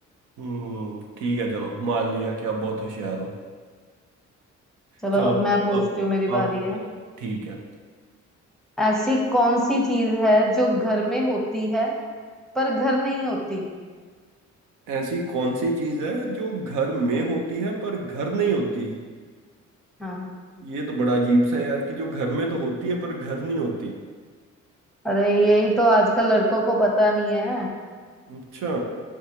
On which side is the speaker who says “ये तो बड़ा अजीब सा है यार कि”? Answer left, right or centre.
Right